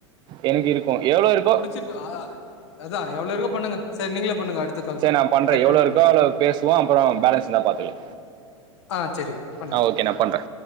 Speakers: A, on the right; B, on the left.
A: எனக்கு இருக்கு எவ்ளோ இருக்கோ
B: சிருப்பியா அதா எவ்ளோ இருக்கோ பண்ணுங்க சரி நீங்களே பண்ணுங்க அடுத்த கால்
A: சரி நா பண்றே
B: கட்
A: எவ்ளோ
B: பண்ணிட்டு
A: இருக்கோ
B: பண்ணுங்க
A: அவளோ பேசுவோ அப்புறோ பேலன்ஸ் இருந்தா பாத்துகலா
B: ஆ சரி ப்ரோ பண்ணுங்க
A: ஆ ஓகே நா பண்றே